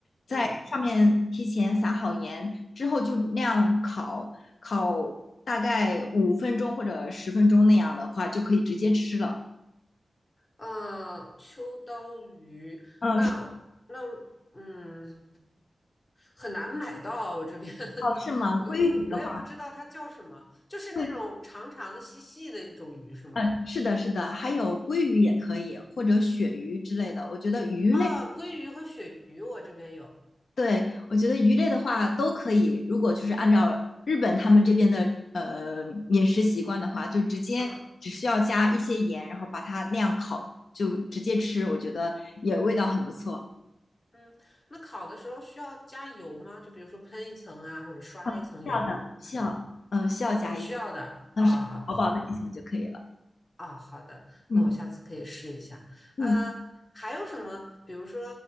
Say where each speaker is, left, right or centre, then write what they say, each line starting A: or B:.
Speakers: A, on the left; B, on the left.
A: 在上面提前撒好盐，
B: 嗯
A: 之后就那样烤，烤大概五分钟或者十分钟那样的话，就可以直接吃了。
B: 嗯，呃，秋刀鱼，
A: 嗯，
B: 那那
A: 是
B: 嗯。很难买到，啊，我这边 <laughs>
A: 哦，是吗？
B: 我因为我也不知道它叫什么，
A: 鲑鱼的话，
B: 就是那种长长的、
A: 会，
B: 细细的一种鱼是吗？
A: 嗯，是的，是的，还有鲑鱼也可以，或者鳕鱼之类的。我觉得鱼类，
B: 啊，鲑鱼和鳕鱼我这边有，
A: 对，我觉得鱼类的话都可以。如果就是按照日本他们这边的呃饮食习惯的话，就直接只需要加一些盐，
B: 嗯
A: 然后把它那样烤，就直接吃，我觉得也味道很不错。
B: 嗯，那烤的时候需要加油吗？就比如说喷一层啊，或者刷一层油之类的，
A: 需要的需要，嗯，需要加一层，
B: 需要的啊啊，
A: 呃，是薄薄的一层就可以了。
B: 好的。啊，好的，
A: 嗯
B: 那我下次可以试一下。
A: 嗯
B: 呃，还有什么？比如说，